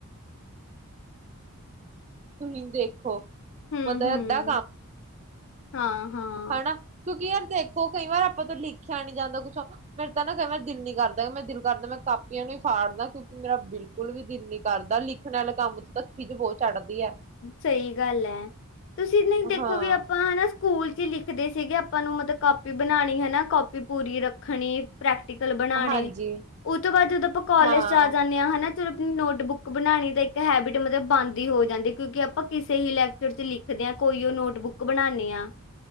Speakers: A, on the right (about 30°); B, on the left (about 55°).
A: ਤੁਹੀਂ ਦੇਖੋ।
B: ਹਂ,
A: ਮਤਲਬ
B: ਹਂ,
A: ਅੱਧਾ
B: ਹਾਂ, ਹਾਂ।
A: ਹਨਾਂ ਕਿਉਂਕਿ ਯਾਰ ਦੇਖੋ, ਕਈ ਵਾਰ ਆਪਾਂ ਤੋਂ ਲਿਖਿਆ ਨੀਂ ਜਾਂਦਾ ਕੁਛ ਮੇਰੇ ਤਾਂ ਨਾ ਕਦੇ ਦਿਲ ਨੀਂ ਕਰਦਾ, ਮੈਂ ਦਿਲ ਕਰਦਾ ਮੈਂ ਕਾਪੀਆਂ ਨੂੰ ਈ ਫਾੜ ਦਾਂ ਕਿਉਂਕਿ ਮੇਰਾ ਬਿਲਕੁਲ ਵੀ ਦਿਲ ਨੀਂ ਕਰਦਾ, ਲਿਖਣ ਆਲੇ ਕੰਮ ਚ ਤਾਂ ਖਿਝ ਬੋਤ ਚੜ੍ਹਦੀ ਆ।
B: ਸਈ ਗੱਲ ਐ, ਤੁਸੀਂ ਨ੍ਹੀਂ ਦੇਖੋ
A: ਹਾਂ
B: ਵੀ ਆਪਾਂ ਹਨਾਂ ਸਕੂਲ ਚ ਈ ਲਿਖਦੇ ਸੀਗੇ ਆਪਾਂ ਨੂੰ, ਮਤਲਬ ਕਾਪੀ ਬਣਾਣੀ ਹਨਾਂ ਕਾੱਪੀ ਪੂਰੀ ਰੱਖਣੀ। ਪ੍ਰੈਕਟੀਕਲ ਬਣਾਣੇ
A: ਹਾਂਜੀ
B: ਓਤੋਂ ਬਾਅਦ ਜਦੋਂ ਆਪਾਂ ਕੋਲੇਜ
A: ਹਾਂ
B: ਚ ਆ ਜਾਂਣੇ ਆਂ ਹਨਾਂ ਚਲ ਆਪਣੀ ਨੋਟਬੁੱਕ ਬਣਾਣੀ ਤੇ ਇੱਕ ਹੈਬਿਟ ਮਤਲਬ ਬੰਦ ਈ ਹੋ ਜਾਂਦੀ। ਕਿਉਂਕਿ ਆਪਾਂ ਕਿਸੇ ਹੀ ਲੈਕਚਰ ਚ ਲਿਖਦੇ ਆਂ, ਕੋਈ ਓ ਨੋਟਬੁੱਕ ਬਣਾਣੇ ਆਂ।